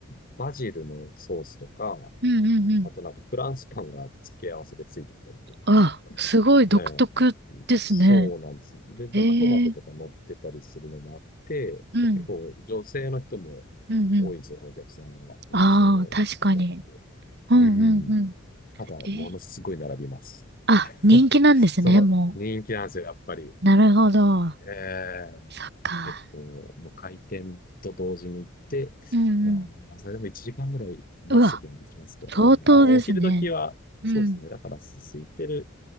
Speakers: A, on the left (about 40°); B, on the right (about 50°).
A: バジルのソースとか、
B: うんうんうん。
A: あとなんかフランスパンが付け合わせでついてきたりとか、
B: あ、すごい独特ですね。
A: ええ、そうなんです。で、なんかトマトとか乗ってたりするのもあって、
B: ええー。うん。
A: 結構女性の人も
B: うんうん。
A: 多いんですよ、お客さんが。女性の人が多くて。
B: ああ、確かに。うんうんうん。
A: うん。ただ、ものすごい並びます。
B: えーあ、人気なんですね、
A: <laughs> そう、
B: も
A: 人気なんですよ、やっぱり。
B: う。なるほど。
A: ええ
B: そっか。
A: 結構、もう開店と同時に行って、
B: うんうん。
A: うん、それでも1時間ぐらい待つときは待ちますけど、
B: うわ、相当ですね。
A: うん、あ、お昼時は、
B: うん。
A: そうですね。だから、す空いてる、